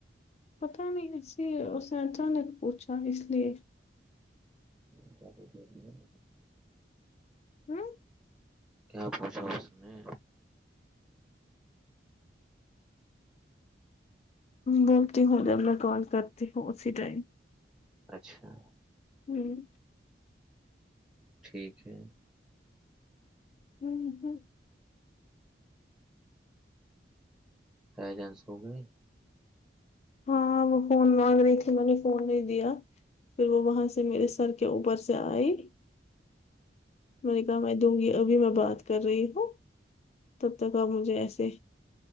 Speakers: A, on the left; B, in the centre.
A: پتا نہیں ایسے اس نے اچانک پوچھا اس لیے
B: <unintelligible>
A: ہوں
B: کیا پوچھا اس نے
A: بولتی ہوں جب میں کال کرتی ہوں اسی ٹائم
B: اچھا
A: ہوں
B: ٹھیک ہے
A: ہوں ہوں
B: تائی جان سوگئی
A: ہاں وہ فون مانگ رہی تھی میں نے فون نہیں دیا پھر وہ وہاں سے میرے سر کے اوپر سے آئی میں نے کہا میں دوں گی ابھی میں بات کر رہی ہوں تب تک آپ مجھے ایسے